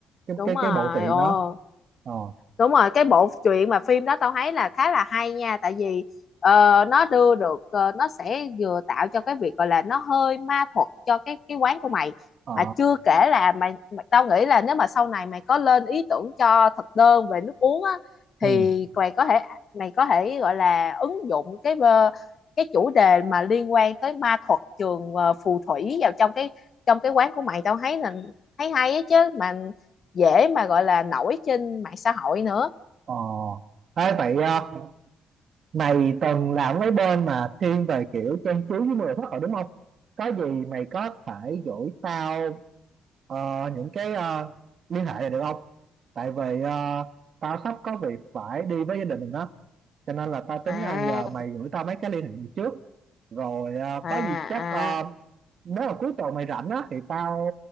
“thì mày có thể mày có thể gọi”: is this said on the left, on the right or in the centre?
Left